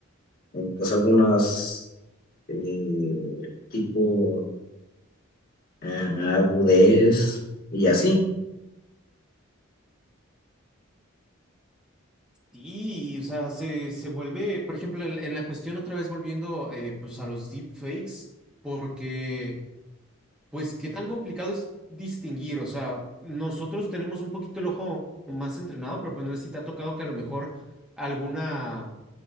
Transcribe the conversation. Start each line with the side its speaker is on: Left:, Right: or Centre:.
Left: eh, pues algunas eh, tipo eh, agudez y así.
Centre: Y, o sea, se, se vuelve, por ejemplo, en, en la cuestión otra vez volviendo eh, pues a los deepfakes, porque... Pues qué tan complicado es distinguir, o sea, nosotros tenemos un poquito el ojo más entrenado, pero pues no sé si te ha tocado que a lo mejor alguna,